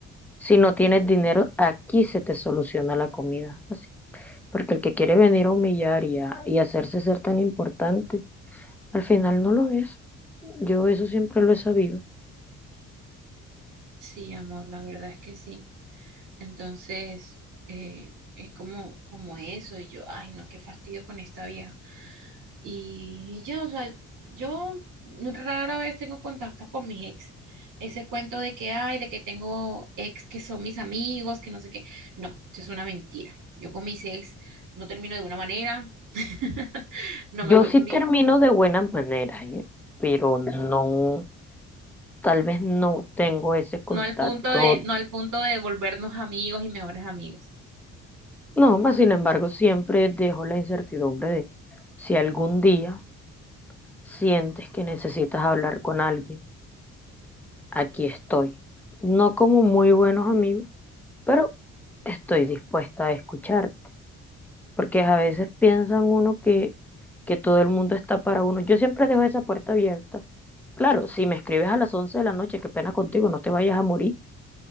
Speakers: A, in the centre; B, on the right.
A: Si no tienes dinero, aquí se te soluciona la comida. Así Porque el que quiere venir a humillar y, a- y hacerse ser tan importante, al final no lo es. Yo eso siempre lo he sabido.
B: Sí, amor, la verdad es que sí. Entonces, eh, es como, como eso, y yo, ay, no, qué fastidio con esta vieja. Y, y ya, o sea, yo rara vez tengo contactos con mis ex. Ese cuento de que hay, de que tengo ex que son mis amigos, que no sé qué. No, eso es una mentira. Yo con mis ex no termino de una manera. <laughs> No
A: Yo
B: me vuelvo
A: sí
B: amiga.
A: termino de buenas maneras, ¿eh? Pero no, tal vez no tengo ese contacto.
B: No al punto de, no al punto de volvernos amigos y mejores amigos.
A: No, más sin embargo, siempre dejo la incertidumbre de si algún día sientes que necesitas hablar con alguien, aquí estoy. No como muy buenos amigos, pero estoy dispuesta a escuchar. porque a veces piensan uno que, que todo el mundo está para uno. Yo siempre dejo esa puerta abierta. Claro, si me escribes a las 11 de la noche, qué pena contigo, no te vayas a morir